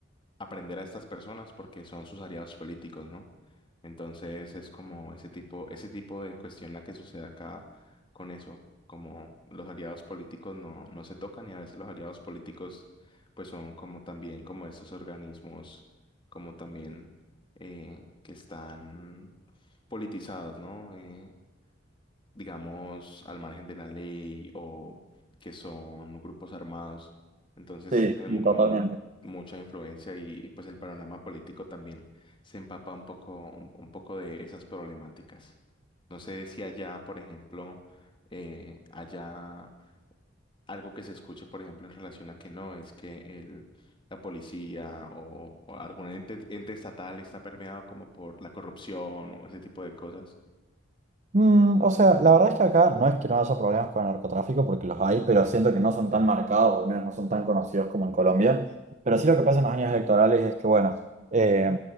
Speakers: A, on the left; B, on the right.
A: aprender a estas personas porque son sus aliados políticos, ¿no? Entonces es como ese tipo, ese tipo de cuestión la que sucede acá con eso, como los aliados políticos no, no se tocan y a veces los aliados políticos pues son como también como estos organismos, como también eh, que están politizados, ¿no? Eh, digamos, al margen de la ley o que son grupos armados. Entonces
B: Sí,
A: tienen
B: sí,
A: como
B: totalmente.
A: mu- mucha influencia y, y, pues el panorama político también se empapa un poco, un, un poco de esas problemáticas. No sé si allá, por ejemplo, eh, allá algo que se escuche, por ejemplo, en relación a que no, es que el, la policía o, o algún ente, ente estatal está permeado como por la corrupción o ese tipo de cosas.
B: Mm, o sea, la verdad es que acá no es que no haya problemas con el narcotráfico, porque los hay, pero siento que no son tan marcados, o al menos no son tan conocidos como en Colombia. Pero sí lo que pasa en los años electorales es que, bueno, eh,